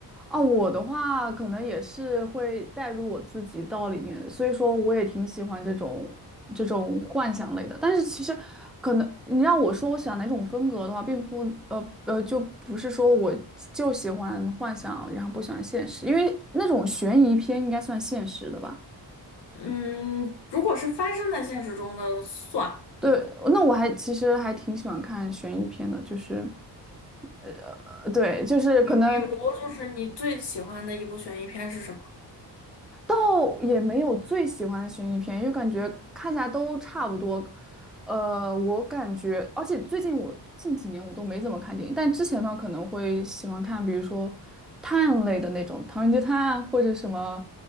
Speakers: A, in the centre; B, on the left.
A: 哦，我的话可能也是会带入我自己到里面，所以说我也挺喜欢这种这种幻想类的。但是其实可能你让我说我喜欢哪种风格的话，并不呃呃，就不是说我就喜欢幻想，然后不喜欢现实，因为那种悬疑片应该算现实的吧。
B: 嗯，如果是发生在现实中的算，
A: 对，那我还其实还挺喜欢看悬疑片的，就是，呃，对，就是可能
B: 比比如就是你最喜欢的一部悬疑片是什么？
A: 倒也没有最喜欢的悬疑片，因为感觉看起来都差不多。呃，我感觉，而且最近我近几年我都没怎么看电影，但之前的话可能会喜欢看，比如说探案类的那种《唐人街探案》或者什么，